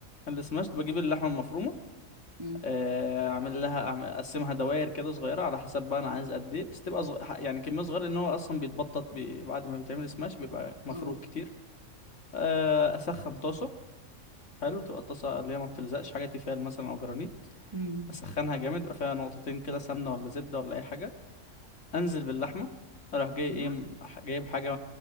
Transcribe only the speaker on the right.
امم
اه
امم
أيوة.